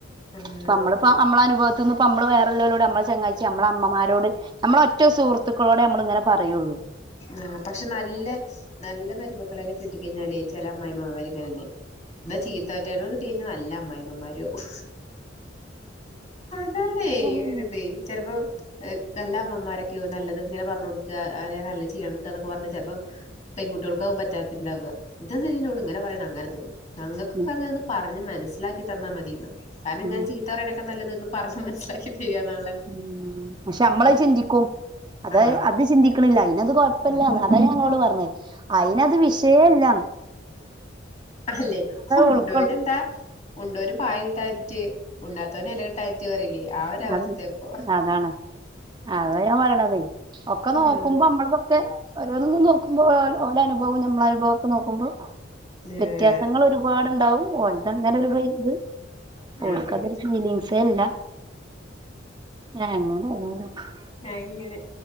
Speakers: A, on the left; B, on the right.
A: ആഹ്
B: ഇപ്പ നമ്മളിപ്പ നമ്മളെ അനുഭവത്തിൽ നിന്ന് ഇപ്പോ നമ്മള് വേറല്ലോരോട് നമ്മള് ചങ്ങായിചി ഞമ്മളെ അമ്മമാരോട് നമ്മള ഒറ്റ സുഹൃത്തുക്കളോടെ നമ്മളിങ്ങനെ പറയുള്ളു
A: ആഹ് പക്ഷെ നല്ല നല്ല മരുമക മക്കളെെ കെട്ടിക്ക കഴിഞ്ഞാലേ ചെല അമായിമ്മമാരിക്കങ്ങനെന്നെ. എന്നാ ചീത്തവറ്റേനോ കിട്ടി കഴിഞ്ഞാ നല്ല അമായിമ്മമാരു ആവും. അതാണേ
B: ഉം
A: ഒരുതെ ചെൽപ്പോ നല്ല അമ്മമാരൊക്കെയാവും നല്ലത് ഇങ്ങനെ പറഞ്ഞോണ്ടുക്ക അതെ നല്ല ചെയ്യണട്ടോന്നൊക്കെ പറഞ് ചെൽപ്പം പെൺകുട്ടിയാൾക്കാവും പറ്റാത്തണ്ടാവ ഇത് എന്തിന ഇന്നോട് ഇങ്ങെന പറയണെ അങ്ങനെ തോന്നും. ഞങ്ങക്കൊക്കെങ്ങനെ
B: ഉം
A: പറഞ്ഞ് മനസ്സിലാ ക്കി തന്നാമതിന്ന കാരണം ഇങ്ങന
B: ഉം
A: ചീത്തപറിണക്കാട്ടിലും നല്ലത് പറഞ്ഞ് മനസ്സിലാക്കി ചെയ്യാ നാളെ
B: ഉം പക്ഷെ നമ്മളെത് ചിന്തിക്കും അതായ
A: ആഹ്
B: അത് ചിന്തി <unintelligible> അയ്നത് കൊഴ്പ്പല്ല
A: അതെ
B: അതാ ഞാങ്ങളോട് പറഞ്ഞേ അയ്നത് വിഷയേല്ല.
A: അല്ലെ ഉണ്ടോനന്താ?
B: ഉൾക്കൊൾ
A: ഉണ്ടോനും പായൽ കിട്ടാനിട്ട് ഉണ്ണാത്തവനും എല കിട്ടാനിട്ട് പറയില്ലേ ആ ഒരവസ്തേപ്പൊ.
B: അത് അതാണ് അത ഞാൻ പറയ്ണതേ ഒക്കെ
A: ഉം
B: നോക്കുമ്പോ നമ്മള്തൊക്കെ. ഓരോന്നും നോക്കുമ്പോ ഓ ഓലെ അനുഭവും നമ്മള അനുഭവം ഒക്ക നോക്കുമ്പോ
A: ഏഹ്
B: വ്യത്യാസങ്ങൾ ഒരുപാടുണ്ടാവും ഓൽതങ്ങനെരു ഇത്
A: ആഹ്
B: ഓല്ക്കതൊരു
A: അതെ
B: ഫീലിങ്സ് അല്ല. അങ്ങനെ ഓരോരോ -
A: എങ്ങനെ